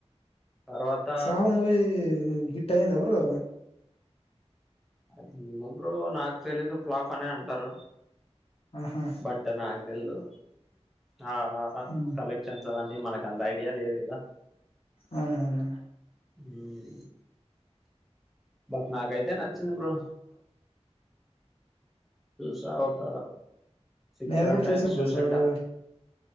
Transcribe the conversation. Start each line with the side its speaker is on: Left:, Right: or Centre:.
Centre: తర్వాత
Left: సాహో మూవి హిట్ అయిందా బ్రో
Centre: అది ఏమో బ్రో నాకు తెలీదు ప్లాఫ్ అనే అంటారు
Left: ఆహా!
Centre: బట్ నాకు తెలీదు ఆ
Left: హ్మ్.
Centre: కలెక్షన్స్ అవన్నీ మనకు అంత ఐడియా లేదు కదా
Left: అవునవును.
Centre: ఉ బట్ నాకైతే నాచ్చంది బ్రో స ఒక సిక్స్
Left: నేను
Centre: సెవెన్
Left: కూడా
Centre: టైమ్స్
Left: చూసా బ్రో
Centre: చూసింటా
Left: 'సాహో'